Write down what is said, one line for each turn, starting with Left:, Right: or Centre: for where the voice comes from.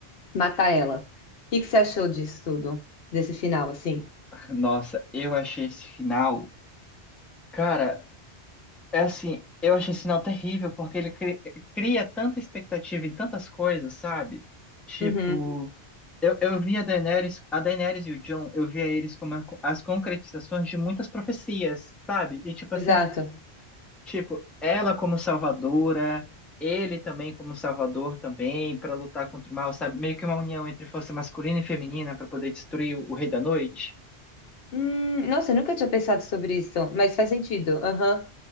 Left: mata ela. O que que você achou disso tudo? Desse final, assim?
Centre: nossa, eu achei esse final. Cara, É assim, eu achei esse sinal terrível, porque ele cri- cria tanta expectativa em tantas coisas, sabe? Tipo,
Left: Uhum,
Centre: eu, eu vi a Daenerys, a Daenerys e o Jon, eu via eles como a- as concretizações de muitas profecias, sabe? E tipo assim,
Left: exato.
Centre: tipo, ela como salvadora, ele também como salvador também, para lutar contra o mal, sabe? Meio que uma união entre força masculina e feminina para poder destruir o, o Rei da Noite.
Left: Hum, nossa, eu nunca tinha pensado sobre isso, mas faz sentido. Aham.